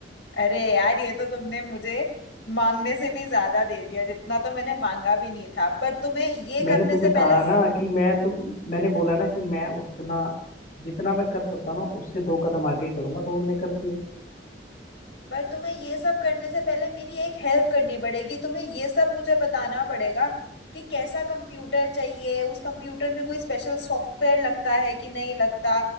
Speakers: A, on the left (about 85°); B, on the left (about 50°).
A: अरे यार ये तो तुमने मुझे मांगने से भी ज्यादा दे दिया जितना तो मैंने मांगा भी नहीं था पर तुम्हें ये
B: मैंने
A: करने
B: तुम्हें
A: से पहले
B: कहा ना कि मैं तुम मैंने बोला ना कि मैं उतना जितना मैं कर सकता ना उससे दो कदम आगे ही करूंगा तो वो मैंने कर दिया
A: पर तुम्हें ये सब करने से पहले मेरी एक हेल्प करनी पड़ेगी तुम्हें ये सब मुझे बताना पड़ेगा कि कैसा कंप्यूटर चाहिए उस कंप्यूटर में कोई स्पेशल सॉफ्टवेयर लगता है कि नहीं लगता